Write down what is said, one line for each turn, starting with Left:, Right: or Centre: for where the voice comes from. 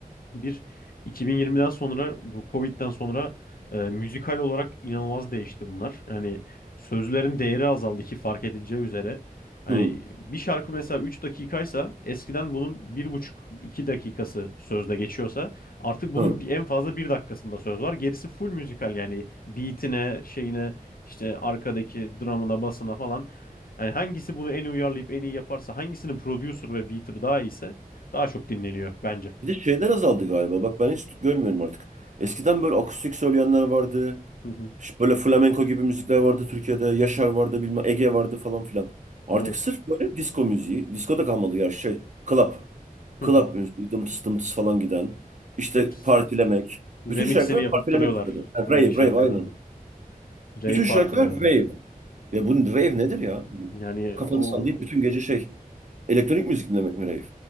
Left: Bir 2020'den sonra bu Covid'den sonra e, müzikal olarak inanılmaz değişti bunlar. Hani sözlerin değeri azaldı ki fark edileceği üzere. Hani
Right: Hı,
Left: bir şarkı mesela üç dakikaysa eskiden bunun bir buçuk iki dakikası sözde geçiyorsa artık bunun
Right: hı.
Left: bir- en fazla bir dakikasında söz var. Gerisi full müzikal yani beatine, şeyine, işte arkadaki dramına, basına falan. Yani hangisi bunu en iyi uyarlayıp en iyi yaparsa, hangisinin producer ve beater daha iyiyse daha çok dinleniyor bence.
Right: Bir de şeyler azaldı galiba. Bak ben hiç görmüyorum artık. Eskiden böyle akustik söyleyenler vardı.
Left: Hı hı.
Right: Ş- Böyle flamenko gibi müzikler vardı Türkiye'de. Yaşar vardı bilmem Ege vardı falan filan. Artık
Left: Evet.
Right: sırf böyle disco müziği. Disco da kalmadı ya şey. Club.
Left: Hı hı.
Right: Club müziği. Dımtıs dımtıs falan giden. İşte
Left: Hepsi
Right: partilemek.
Left: remixini
Right: Bütün şarkılar
Left: yapıp
Right: partilemek
Left: duruyorlar
Right: üzerine. Yani
Left: aynı
Right: rave
Left: şarkıların.
Right: rave aynen.
Left: Rave
Right: Bütün şarkılar
Left: partilerde.
Right: rave. Ya bu rave nedir ya? Bu,
Left: Yani
Right: kafanı
Left: o
Right: sallayıp bütün gece şey. Elektronik müzik dinlemek mi rave?